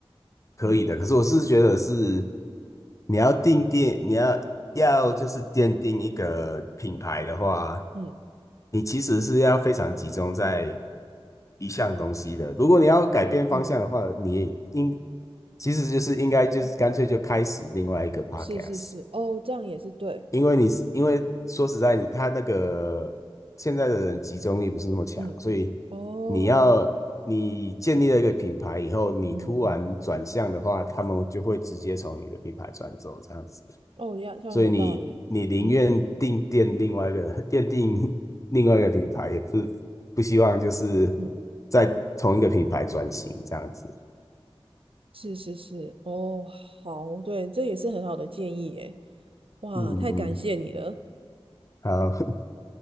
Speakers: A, on the left; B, on the right.
A: 可以的，
B: 嗯
A: 可是我是觉得是你要定定，你要要就是奠定一个品牌的话，
B: 嗯
A: 你其实是要非常集中在一项东西的。如果你要改变方向的话，
B: 嗯，
A: 你应其实就是应该就是干脆就开始另外一个 podcast。
B: 是是是，哦，这样也是对，
A: 因为你因为说实在，你他那个现在的人集中力不是那么强，
B: 嗯，
A: 所以
B: 哦，
A: 你要你建立了一个品牌以后，你突然转向的话，
B: 嗯哼哼，
A: 他们就会直接从你的品牌转走这样子。
B: 哦，一样，这样有道理，
A: 所以你你宁愿定店另外一个
B: 嗯
A: <laughs> 奠定另外一个品牌，也不不希望就是
B: 嗯。
A: 在同一个品牌转型这样子。
B: 是是是，哦，好，对，这也是很好的建议诶。哇，
A: 嗯嗯，
B: 太感谢你了。
A: 好，